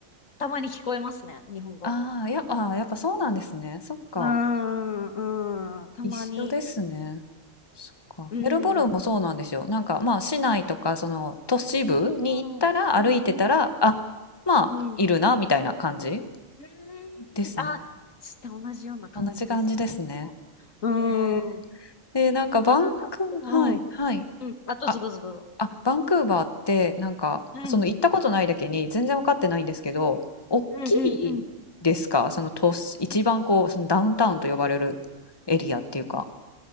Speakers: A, on the left; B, on the left.
A: たまに聞こえますね、日本語。
B: ああ、やっぱ、あーやっぱそうなんですね。そっか。
A: うーん、うん、たまに、
B: 一緒ですね。そっか。
A: うん、
B: メルボルンもそうなんですよ。
A: う
B: なんかまあ市内とかその都市部に行ったら歩いてたら、
A: ん、うん、
B: あ、まあいるなみたいな感じ
A: うん、うん、う
B: ですね。
A: ーん。あ、して、同じような感じですね、
B: 同じ感じですね。
A: きっと。うーん。
B: えー、えーなんかバンク、
A: あとはなんか、うんうん。
B: はい、はい。
A: うん。あ、どうぞどうぞどうぞ。
B: あ、あ、バンクーバーって、なんか、
A: うん。
B: その行ったことないだけに全然分かってないんですけど、大きいですかその都市、
A: うんうんうん。
B: 一番こう、そのダウンタウンと呼ばれるエリアっていうか。